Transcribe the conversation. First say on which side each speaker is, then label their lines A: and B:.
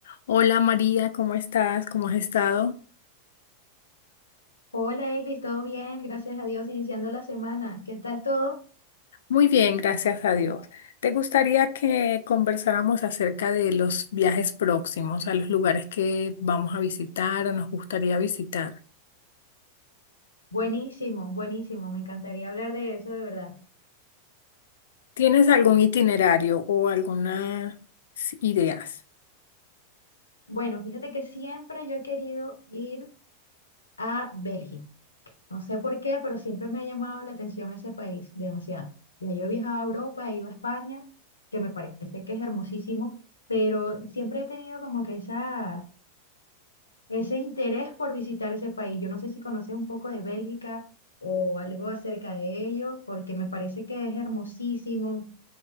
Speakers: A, on the left; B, on the left.
A: Hola María, ¿cómo estás? ¿Cómo has estado?
B: Hola, Eglis, ¿todo bien? Gracias a Dios, iniciando la semana. ¿Qué tal todo?
A: Muy bien, gracias a Dios. ¿Te gustaría que conversáramos acerca de los viajes próximos, a los lugares que vamos a visitar o nos gustaría visitar?
B: Buenísimo, buenísimo. Me encantaría hablar de eso, de verdad.
A: ¿Tienes algún itinerario o algunas ideas?
B: Bueno, fíjate que siempre yo he querido ir a Bélgica. No sé por qué, pero siempre me ha llamado la atención ese país, demasiado. Ya yo he viajado a Europa, he ido a España, que me parece que es hermosísimo, pero siempre he tenido como que esa ese interés por visitar ese país. Yo no sé si conoces un poco de Bélgica o algo acerca de ello, porque me parece que es hermosísimo,